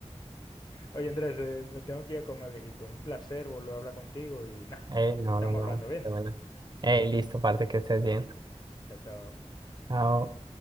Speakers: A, on the left; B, on the right.
A: Oye, Andrés, eh, me tengo que ir a comer, viejito. Un placer volver a hablar contigo y nada,
B: Ey, no,
A: estamos
B: no, no.
A: hablando bien.
B: de buena. Ey, listo, parte que estés bien.
A: Chao, chao.
B: Chao.